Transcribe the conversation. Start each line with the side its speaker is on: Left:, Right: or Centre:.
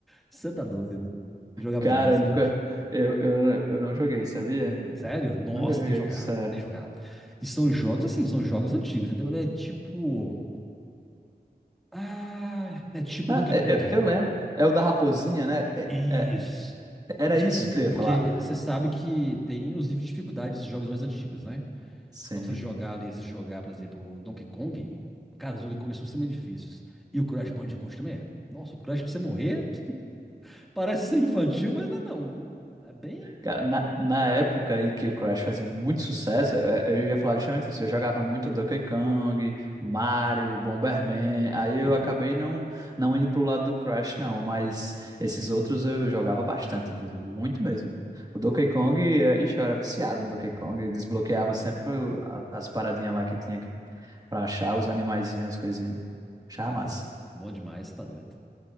Centre: Você tá doido. Jogava
Right: Cara,
Centre: demais
Right: eu nunca.
Centre: Crash.
Right: Eu, eu, eu não joguei, sabia?
Centre: Sério? Nossa,
Right: Nunca joguei,
Centre: tem que jogar,
Right: sério.
Centre: tem que jogar. E são jogos assim, são jogos antigos, entendeu? Ele É tipo. Ah, é tipo
Right: Não,
Centre: Donkey
Right: é-
Centre: Kong.
Right: eu, eu lembro. É o da raposinha, né? É-
Centre: Isso.
Right: é- era
Centre: É tipo
Right: isso
Centre: assim,
Right: que
Centre: porque
Right: eu ia falar.
Centre: você sabe que tem os níveis de dificuldade desses jogos mais antigos, né?
Right: Sim.
Centre: Então você jogar ali, se jogar, por exemplo, Donkey Kong, cara, os Donkey Kong são extremamente difíceis. E o Crash Bandicoot também é. Nossa, o Crash pra você morrer <laughs> parece ser infantil, mas não é não, viu? É bem.
Right: Cara, na, na época aí que o Crash fazia muito sucesso, é, eu ia falar justamente isso. Eu jogava muito Donkey Kong, Mario, Bomberman. Aí eu
Centre: Tem.
Right: acabei não, não indo pro lado do Crash, não. Mas esses outros eu jogava bastante, inclusive. Muito mesmo. O Donkey Kong, é, ixi, eu era viciado no Donkey Kong. Desbloqueava sempre o- a- as paradinhas lá que tinha pra achar, os animaizinhos, as coisinhas. Achava
Centre: Pois
Right: massa.
Centre: é, bom demais, você tá doido.